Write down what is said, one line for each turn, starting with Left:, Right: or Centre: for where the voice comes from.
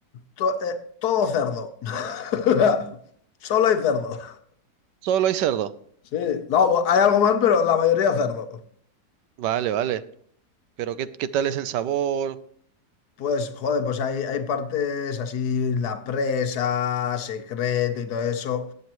Left: to- eh, todo cerdo. <laughs> Solo hay cerdo.
Right: Solo hay cerdo.
Left: Sí, no, hay algo más, pero la mayoría cerdo.
Right: Vale, vale. Pero ¿qué, qué tal es el sabor?
Left: Pues, joder, pues hay, hay partes así, la presa, secreto y todo eso.